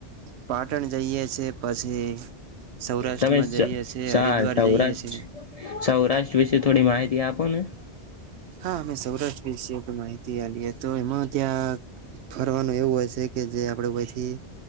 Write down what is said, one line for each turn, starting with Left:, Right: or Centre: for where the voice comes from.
Right: પાટણ જઈએ છેએ પછી. સૌરાષ્ટ્રમાં
Left: તમેા
Right: જઈએ
Left: સો
Right: છે
Left: સૌરાષ્ટ્ર
Right: હરિદ્વાર જઈએ છે
Left: સૌરાષ્ટ્ર વિશે થોડી માહિતી આપ. કોન‌હૈ
Right: હા અમે સૌરાષ્ટ્ર વિશે પણ માહિતીલીએ તો એમાં ત્યાં. ફરવાનું એવું હોય છે કે જે આપડે વથી